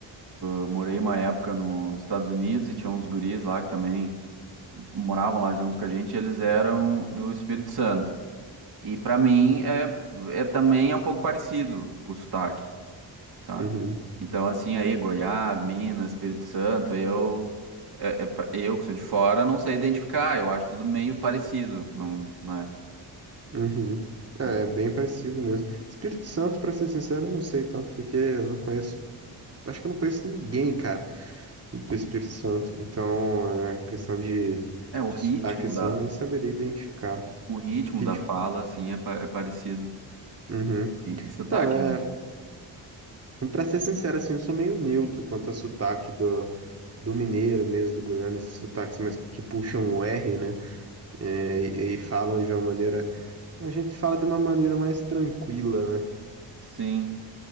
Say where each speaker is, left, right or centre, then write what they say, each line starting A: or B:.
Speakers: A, on the right (about 50°); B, on the right (about 30°).
A: eu morei uma época nos Estados Unidos e tinha uns guris lá que também. moravam lá junto com a gente, eles eram do Espírito Santo. E pra mim é, é também é um pouco parecido o sotaque, sabe?
B: uhum,
A: Então assim aí Goiás, Minas, Espírito Santo, eu é- é pra- eu que sou de fora não sei identificar, eu acho tudo meio parecido, não, né?
B: uhum.
A: Algum-
B: É, bem parecido mesmo. Espírito Santo, pra ser sincero, eu não sei tanto, porque eu não conheço Acho que eu não conheço ninguém, cara, do Espírito Santo. Então, é questão de,
A: É o
B: de
A: ritmo
B: sotaque, assim,
A: da
B: eu nem saberia identificar.
A: o ritmo
B: Ritmo.
A: da fala assim é, pa- é parecido.
B: Uhum.
A: E, e sotaque,
B: Então, é,
A: é um-
B: pra ser sincero, assim, eu sou meio neutro quanto a sotaque do, do mineiro mesmo, do goiano, esses sotaques mais que puxam o R, né? É, e, e falam de uma maneira. A gente fala de uma maneira mais tranquila, né?
A: sim.